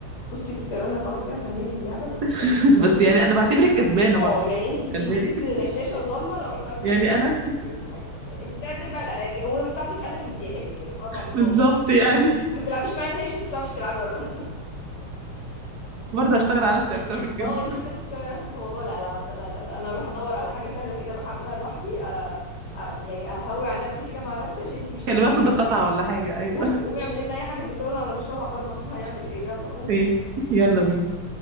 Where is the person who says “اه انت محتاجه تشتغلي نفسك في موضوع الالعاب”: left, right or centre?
Left